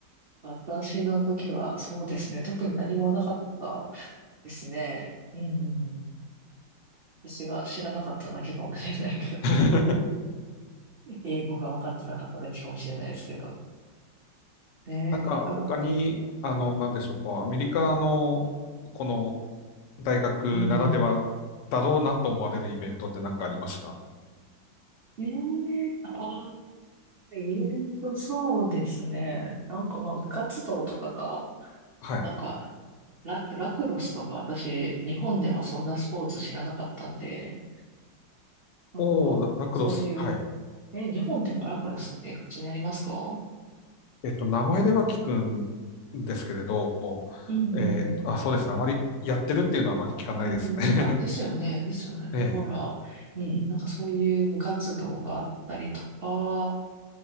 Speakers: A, on the right; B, on the left.
A: 私の時はそうですね。特に何もなかったですね。うんうんうん。私が知らなかっただけかもしれないけど。
B: <laughs>
A: 英語が分かってなかっただけかもしれないですけど。ねなんか、
B: なんか他に、あの、なんでしょう、こう、アメリカの、この大学ならではだろうなと思われるイベントって何かありました
A: うんうん。ええああ、ええと、そうですね。なんかまあ、部活動とかが、
B: はい。
A: なんか、ラ、ラクロスとか私、日本ではそんなスポーツ知らなかったんで、なんか、
B: おー、ラ、ラクロス。
A: そういう、
B: はい。
A: え、日本でもラクロスって普通にありますか
B: えっと、名前では聞くんですけれど、
A: うんうんうん
B: えっと、あ、そうですね。あまりやってるっていうのはあまり聞かないですね。
A: うん。うんうん。あ、ですよね。
B: <laughs>
A: ですよね。だから、
B: ええ。
A: うん、なんかそういう部活動があったりとか、